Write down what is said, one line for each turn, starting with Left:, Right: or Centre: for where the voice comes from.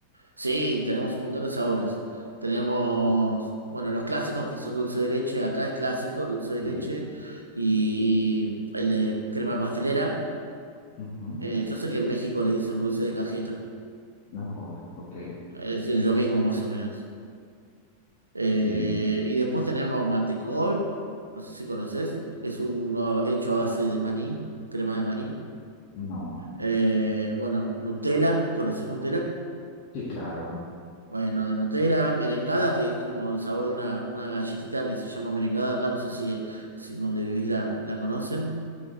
Right: Sí, tenemos un montón de sabores. Tenemos, bueno, los clásicos que son dulce de leche, acá es clásico, dulce de
Left: Sí,
Right: leche, y el de crema pastelera.
Left: ujú,
Right: Eh, yo sé que en México le dicen dulce de cajeta,
Left: No, ok,
Right: es decir, es lo mismo más o menos. Eh,
Left: sí,
Right: y después tenemos mantecol, no sé si conoces, es uno hecho a base de maní, crema de maní.
Left: no.
Right: Eh, bueno, Nutella, ¿conoces Nutella?
Left: Sí, claro.
Right: Bueno, de Nutella, merengada, que es como el sabor de una, una galletita que se llama merengada acá, no sé si, si donde vivís la, la conocen.